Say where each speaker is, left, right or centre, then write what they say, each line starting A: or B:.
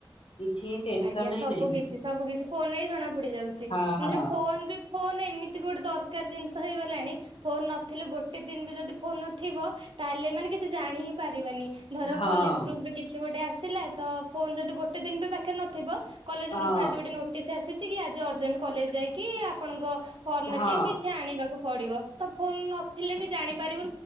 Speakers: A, on the left (about 85°); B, on the right (about 70°).
A: କିଛି ଟେନସନ
B: ଆଜ୍ଞା ସବୁ
A: ହିଁ ନାହିଁ
B: କିଛି ସବୁ କିଛି ଫୋନ ହିଁ ଜଣା ପଡି ଯାଉଛି ଏମିତି
A: ହଁ ହଁ
B: ଫୋନ ବି ଫୋନ୍ ଏମିତି ବି ଗୋଟେ ଦରକାର ଜିନିଷ ହେଇଗଲାଣି ଫୋନ ନଥିଲେ ଗୋଟେ ଦିନ ବି ଯଦି ଫୋନ ନଥିବ ତାହେଲେ ଏମାନେ କିଛି ଜାଣି ହିଁ ପାରିବାନି। ଧର
A: ହଁ
B: କଲେଜ ଗ୍ରୁପରେ କିଛି ଗୋଟେ ଆସିଲା ତ ଫୋନ ଯଦି ଗୋଟେ ଦିନ ବି ପାଖେ ନଥିବ କଲେଜ ଗ୍ରୁପରେ
A: ହଁ
B: ଆଜି ଗୋଟେ ନୋଟିସ୍ ଆସିଛି କି ଆଜି ଅର୍ଜେଣ୍ଟ କଲେଜ ଯାଇକି ଆପଣଙ୍କ ଫର୍ମହରିକି
A: ହଁ
B: କିଛି ଆଣିବାକୁ ପଡିବ ତ ଫୋନ ନଥିଲେ ବି ଜାଣିପାରିବୁ